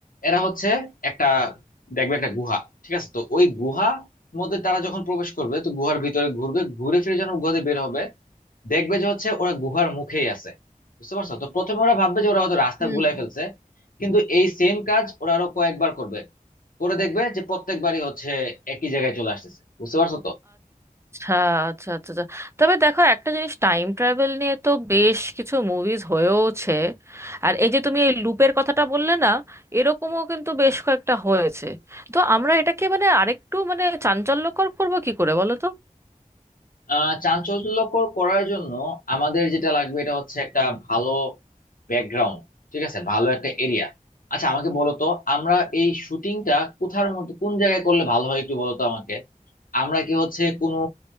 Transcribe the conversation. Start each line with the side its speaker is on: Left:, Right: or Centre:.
Left: এরা হচ্ছে একটা দেখবে একটা গুহা ঠিক আছে তো ওই গুহা মধ্যে তারা যখন প্রবেশ করবে তো গুহার ভিতরে ঘুরবে ঘুরে ফিরে যখন গুহাতে বের হবে দেখবে যে হচ্ছে ওরা গুহার মুখেই আছে বুঝতে পারছো তো প্রথমে ওরা ভাববে যে ওরা হয়তো রাস্তা
Right: হুম
Left: ভুলাই ফেলছে কিন্তু এই সেম কাজ ওরা আরো কয়েকবার করবে করে দেখবে যে প্রত্যেকবারই হচ্ছে একই জায়গায় চলে আসতেছে বুঝতে পারছো তো
Right: আচ্ছা আচ্ছা আচ্ছা আচ্ছা। তবে দেখো একটা জিনিস টাইম ট্রাভেল নিয়ে তো বেশ কিছু মুভিজ হয়েওছে আর এই যে তুমি এই লুপের কথাটা বললে না এরকমও কিন্তু বেশ কয়েকটা হয়েছে তো আমরা এটাকে মানে আরেকটু মানে চাঞ্চল্যকর করবো কি করে বলো তো
Left: আহ চাঞ্চল্যকর করার জন্য আমাদের যেটা লাগবে এটা হচ্ছে একটা ভালো ব্যাকগ্রাউন্ড ঠিক আছে ভালো একটা এরিয়া আচ্ছা আমাকে বলো তো আমরা এই শুটিংটা কোথার মধ্যে কোন জায়গায় করলে ভালো হয় একটু বলো তো আমাকে আমরা কি হচ্ছে কোনো